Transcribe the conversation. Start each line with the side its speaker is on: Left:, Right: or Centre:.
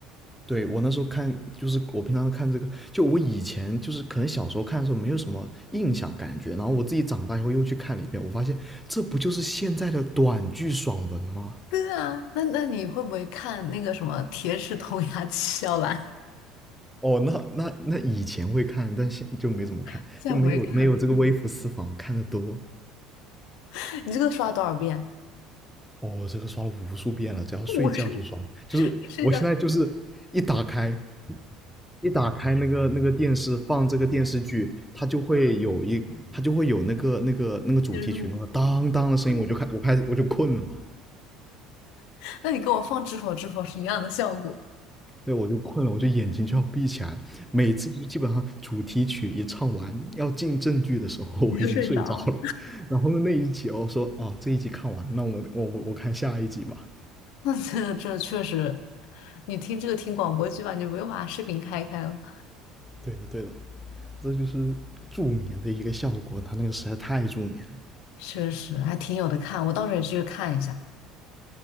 Centre: 对我那时候看，就是我平常看这个，就我以前就是可能小时候看的时候没有什么印象感觉，然后我自己长大以后又去看了一遍，我发现这不就是现在的短剧爽文吗？
Left: 对啊，那那你会不会看那个什么《铁齿铜牙纪晓岚》？
Centre: 哦，那那那以前会看，但现就没怎么看，
Left: <laughs> 现在不会看
Centre: 就没有没有这个微服私访看的多。
Left: <laughs> 你这个刷多少遍？
Centre: 哦，这个刷了无数遍了，只要睡觉就刷，
Left: <laughs> 我是
Centre: 就是我现在就是一打开
Left: 睡觉一
Centre: 一打开那个那个电视放这个电视剧，它就会有一，它就会有那个那个那个主题曲那个当当的声音，
Left: 直录，
Centre: 我就开我开始我就困了，
Left: <laughs> 那你跟我放《知否知否》是一样的效果，
Centre: 对我就困了，我就眼睛就要闭起来了。每次就基本上主题曲一唱完要进正剧的时候，<laughs>
Left: 你就睡着了。
Centre: 我已经睡着了。然后呢那一集我说啊这一集看完，那我我我我看下一集吧。
Left: <laughs> 那这这确实，你听这个听广播剧吧，你就不用把视频开开了。
Centre: 对的对的，这就是助眠的一个效果，它那个实在太助眠了。
Left: 确实还挺有的看，我到时候也去看一下。